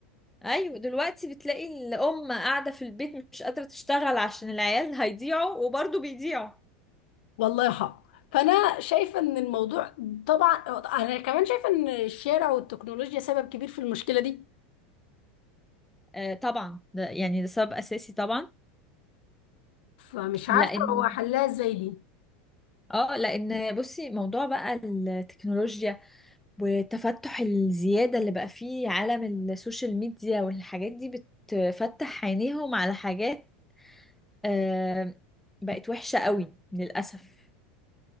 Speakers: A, in the centre; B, on the left.
A: ايوه دلوقتي بتلاقي الام قاعدة في البيت مش قادرة تشتغل عشان العيال هيضيعوا وبرضه بيضيعوا
B: والله فانا شايفه ان الموضوع طبعا انا كمان شايفه ان الشارع والتكنولوجيا سبب كبير في المشكله دي
A: آه طبعا ده يعني ده سبب اساسي طبعا
B: فمش
A: لان
B: عارفه هو حلها ازاي دي
A: اه لان بصي موضوع بقى التكنولوجيا والتفتح الزيادة اللي بقى فيه عالم السوشيال ميديا والحاجات دي بتفتح عينيهم على حاجات آه بقت وحشة قوي للأسف